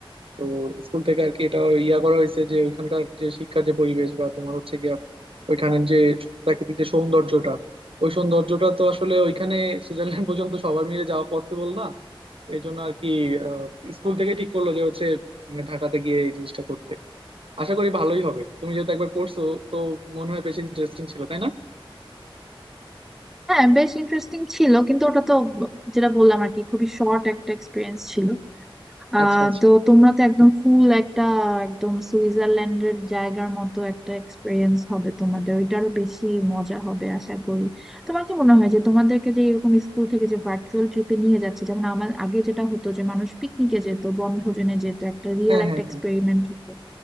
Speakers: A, on the right; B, in the centre.
A: তো স্কুল থেকে আর কি এটা ইয়া করা হয়েছে যে ওইখানকার যে শিক্ষার যে পরিবেশ বা তোমার হচ্ছে গিয়া ওইখানের যে প্রাকৃতিক যে সৌন্দর্যটা ওই সৌন্দর্যটা তো আসলে ওইখানে সুইজারল্যান্ড <laughs> পর্যন্ত সবার মিলে যাওয়া পসিবল না এই জন্য আর কি স্কুল থেকে ঠিক করলো যে হচ্ছে উম, ঢাকাতে গিয়ে এই জিনিসটা করতে আশা করি ভালোই হবে তুমি যেহেতু একবার করছো তো মনে হয় বেশি ইন্টারেস্টিং ছিল তাই না
B: হ্যাঁ বেশ ইন্টারেস্টিং ছিল কিন্তু ওটা তো যেটা বললাম আর কি খুবই শর্ট একটা এক্সপিরিয়েন্স ছিল আহ
A: আচ্ছা আচ্ছা
B: তো তোমরা তো একদম ফুল একটা একদম সুইজারল্যান্ডের জায়গার মতো একটা এক্সপিরিয়েন্স হবে তোমাদের ওইটারও বেশি মজা হবে আশা করি তোমার কি মনে হয় যে তোমাদেরকে যে এরকম স্কুল থেকে যে ভার্চুয়াল ট্রিপে নিয়ে যাচ্ছে যেমন আমার আগে যেটা হতো যে মানুষ পিকনিকে যেত বনভোজনে যেত একটা রিয়েল
A: হ্যাঁ
B: একটা
A: হ্যাঁ
B: এক্সপেরিমেন্ট
A: হ্যাঁ
B: হতো